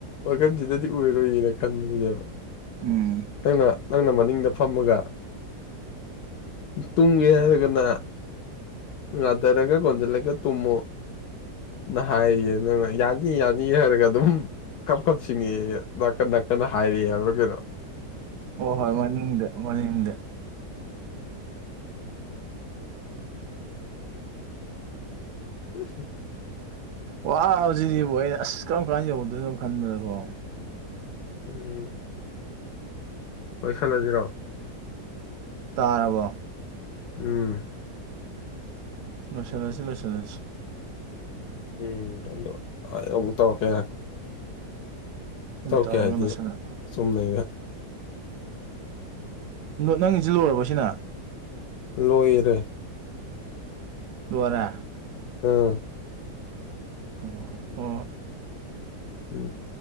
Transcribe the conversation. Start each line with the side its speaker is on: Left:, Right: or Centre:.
Left: ꯋꯥꯈꯟꯁꯤꯗꯗꯤ ꯎꯏꯔꯣꯏꯌꯦꯅ ꯈꯟꯕꯗꯨꯅꯦꯕ
Right: ꯎꯝ
Left: ꯅꯪꯅ ꯅꯪꯅ ꯃꯅꯤꯡꯗ ꯐꯝꯃꯒ ꯇꯨꯝꯒꯦ ꯍꯥꯏꯔꯒꯅ ꯉꯥꯟꯗꯔꯒ ꯀꯣꯟꯁꯤꯂꯒ ꯇꯨꯝꯃꯣ ꯅꯍ ꯍꯥꯏꯌꯦ ꯅꯪꯅ ꯌꯥꯅꯤ ꯌꯥꯅꯤ ꯍꯥꯏꯔꯒ ꯑꯗꯨꯝ ꯀꯞ ꯀꯞ ꯁꯤꯡꯉꯛꯦ ꯅꯥꯀꯟ ꯅꯥꯀꯟ ꯍꯥꯏꯔꯛꯑꯦ ꯍꯥꯏꯕ꯭ꯔꯥ ꯀꯩꯅꯣ
Right: ꯍꯣꯏ ꯍꯣꯏ ꯃꯅꯤꯡꯗ ꯃꯅꯤꯡꯗ
Left: <unintelligible> <unintelligible> <unintelligible>
Right: ꯋꯥ ꯕꯖꯤꯛꯁꯤꯕꯨ ꯑꯩ ꯑꯁ ꯀꯔꯝ ꯀꯥꯟ ꯌꯧꯗꯣꯏꯅꯣ ꯈꯟꯕꯗꯀꯣ
Left: ꯎꯝ ꯂꯣꯏꯁꯤꯜꯂꯁꯤꯔꯣ
Right: ꯇꯥꯔꯔꯕꯣ
Left: ꯎꯝ
Right: ꯂꯣꯏꯁꯜꯂꯁꯤ ꯂꯣꯏꯁꯂꯁꯤ
Left: ꯎꯝ ꯑꯗꯣ ꯑꯩ ꯑꯃꯨꯛ ꯇꯧꯔꯛꯀꯦ ꯉꯑꯏꯈꯣ ꯇꯣꯎꯔꯛꯀꯦ
Right: ꯇꯧꯔꯒ
Left: ꯍꯥꯏꯗꯤ
Right: ꯂꯣꯏꯁꯤꯜꯂ
Left: ꯆꯨꯝ ꯅꯩꯔꯦ
Right: ꯅꯪꯒꯤꯁꯤꯦ ꯂꯣꯏꯔꯕꯁꯤꯅ
Left: ꯂꯣꯏꯔꯦ
Right: ꯂꯣꯏꯔꯦ
Left: ꯎꯝ
Right: ꯑꯣ ꯑꯣ
Left: ꯎꯝ